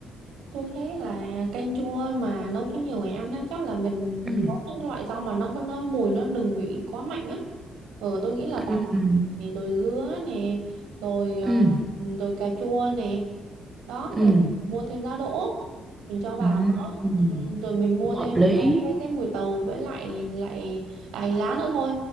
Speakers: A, on the right; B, on the right.
A: Tôi thấy là canh chua mà nấu cho nhiều người ăn á, chắc là mình
B: Ừ.
A: nấu những cái loại rau mà nó có nó mùi nó đừng bị quá mạnh á. Ừ, tôi nghĩ là bạc
B: Ừ.
A: hà này, rồi dứa nè, rồi ờ,
B: Ừ.
A: rồi cà chua nè. Đó,
B: Ừ.
A: rồi mua thêm giá đỗ mình cho vào
B: Ừ.
A: nữa.
B: Ừ.
A: Ừ, rồi mình mua
B: Cũng hợp
A: thêm
B: lý.
A: cái, cái, cái mùi tàu với lại lại lại hành lá nữa thôi.